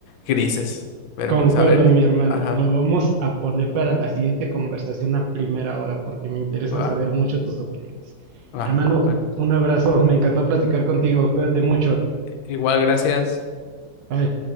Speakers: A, on the left; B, on the right.
A: grises, pero
B: Concuerdo,
A: pues a ver,
B: mi hermano.
A: ajá.
B: Lo vamos a poner para la siguiente conversación a primera hora, porque me interesa
A: Va,
B: saber mucho tus opiniones.
A: va.
B: Hermano,
A: Bueno,
B: un abrazo. Me encantó platicar contigo. Cuídate mucho.
A: igual gracias.
B: Bye.